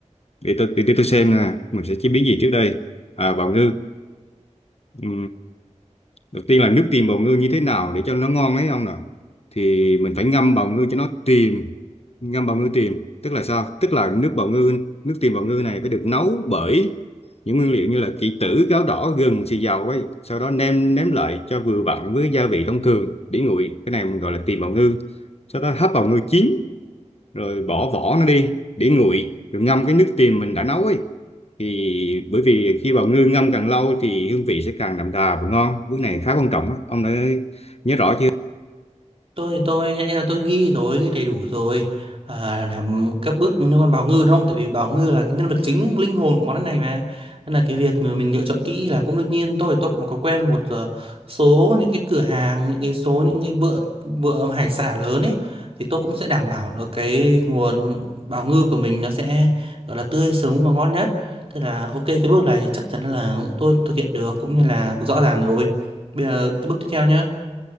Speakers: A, on the left; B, on the right.
A: để tôi để tôi tôi xem nè, mình sẽ chế biến gì trước đây? À bào ngư. đầu tiên là nước tìm bào ngư như thế nào để cho nó ngon ấy ông nè thì mình phải ngâm bào ngư cho nó tìm ngâm bào ngư tìm tức là sao tức là nước bào ngư nước tìm bào ngư này phải được nấu bởi những nguyên liệu như là kỷ tử gáo đỏ gừng xì dầu ấy sau đó nêm nếm lại cho vừa vặn với gia vị thông thường để nguội cái này mình gọi là tìm bào ngư sau đó hấp bào ngư chín rồi bỏ vỏ nó đi để nguội rồi ngâm cái nước tìm mình đã nấu ấy thì bởi vì khi bào ngư ngâm càng lâu thì hương vị sẽ càng đậm đà và ngon bước này khá quan trọng á ông đã nhớ rõ chưa
B: tôi thì tôi nãy là tôi ghi rồi ghi đầy đủ rồi à, làm các bước liên quan bào Ngư đúng không tại vì bào Ngư là cái nhân vật chính linh hồn của món ăn này mà nên là cái việc mà mình lựa chọn kỹ là cũng đương nhiên tôi tôi cũng có quen một ờ, số những cái cửa hàng những cái số những cái bữa bữa hải sản lớn ấy thì tôi cũng sẽ đảm bảo được cái nguồn bào Ngư của mình nó sẽ gọi là tươi sống và ngon nhất thế là ok cái bước này thì chắc chắn là tôi thực hiện được cũng như là rõ ràng rồi bây giờ cái bước tiếp theo nhá